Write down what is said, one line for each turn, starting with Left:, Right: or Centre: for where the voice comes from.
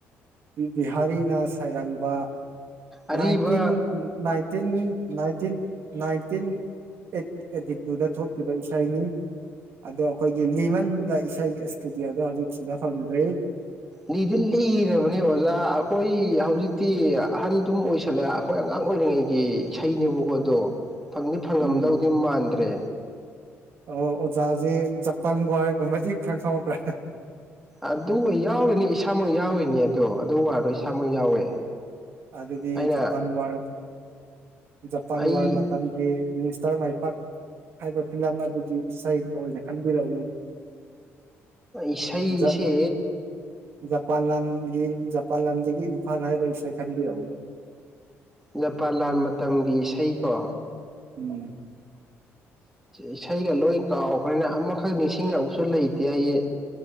Right: ꯕꯤꯍꯥꯔꯤꯅ ꯁꯩꯔꯟꯕ
Centre: ꯑꯔꯤꯕ
Right: ꯅꯥꯏꯟꯇꯤꯟ ꯅꯥꯏꯟꯇꯤꯟ ꯅꯥꯏ ꯑꯩꯟ ꯅꯥꯏꯟꯇꯤꯟ ꯑꯩꯠ ꯑꯩꯠꯇꯤ ꯇꯨꯗ ꯊꯣꯛ ꯏꯁꯩꯅꯤ ꯑꯗꯣ ꯑꯩꯈꯣꯏꯒꯤ ꯂꯤꯃꯟꯗ ꯏꯁꯩꯒꯤ ꯏꯁꯇꯨꯗꯤꯑꯣꯗ ꯍꯧꯖꯤꯛ ꯁꯤꯤꯒ ꯐꯔꯤ <unintelligible>
Centre: ꯂꯤꯗꯤꯜꯂꯤꯔꯔꯕꯅꯤ ꯑꯣꯖꯥ ꯑꯣꯏ ꯍꯧꯖꯤꯛꯇꯤ ꯑꯍꯟꯗꯨꯝ ꯑꯣꯏꯁꯜꯂꯛꯌꯦ ꯑꯩꯈꯣꯏ ꯑꯉꯥꯡ ꯑꯣꯏꯔꯤꯉꯩꯒꯤ ꯏꯁꯩꯅꯦꯕꯀꯣ ꯑꯗꯣ ꯐꯪꯗꯤ ꯐꯪꯉꯝꯗꯧꯗꯤ
Right: ꯎꯝ
Centre: ꯃꯥꯟꯗ꯭ꯔꯦ
Right: ꯑꯣ ꯑꯣꯖꯥꯁꯦ ꯖꯄꯥꯟ ꯋꯥꯔ ꯒꯨꯝꯕꯗꯤ ꯈꯔꯥ ꯈꯪꯍꯧꯕ꯭ꯔꯥ
Centre: ꯑꯗꯨ ꯌꯥꯎꯔꯤꯅꯤ ꯏꯁꯥꯃꯛ ꯌꯥꯎꯔꯤꯅꯤ ꯑꯗꯣ ꯑꯗꯨ ꯋꯥꯗꯣ ꯏꯁꯥꯃꯛ ꯌꯥꯎꯋꯦ
Right: ꯑꯗꯨꯗꯤ
Centre: ꯑꯩꯅ
Right: ꯖꯄꯥꯟ ꯋꯥꯔ ꯖꯄꯥꯟ
Centre: ꯑꯩ
Right: ꯋꯥꯔ ꯃꯇꯝꯒꯤ ꯇꯔꯃꯥꯏꯄꯥꯛ ꯍꯥꯏꯕ ꯐꯤꯂꯝ ꯑꯗꯨꯒꯤ ꯏꯁꯩ ꯑꯣꯏꯅ ꯈꯟꯕꯤꯔꯛꯎ
Centre: ꯏꯁꯩꯁꯦ
Right: ꯖ ꯖꯄꯥꯟ ꯂꯝꯥꯟꯒꯤ ꯖꯄꯥꯟ ꯂꯝꯥꯟꯗꯒꯤ ꯏꯝꯐꯥꯥꯟ ꯍꯥꯏꯕ ꯏꯁꯩ ꯈꯟꯕꯤꯔꯛꯎꯅꯦ <unintelligible>
Centre: ꯖꯄꯥꯟ ꯂꯥꯟ ꯃꯇꯝꯒꯤ ꯏꯁꯩꯀꯣ
Right: ꯎꯝ
Centre: ꯏꯁꯩꯒ ꯂꯣꯏ ꯀꯥꯎꯈ꯭ꯔꯦꯅ ꯑꯃꯈꯛ ꯅꯤꯡꯁꯤꯡꯉꯕꯁꯨ ꯂꯩꯇꯦ ꯑꯩ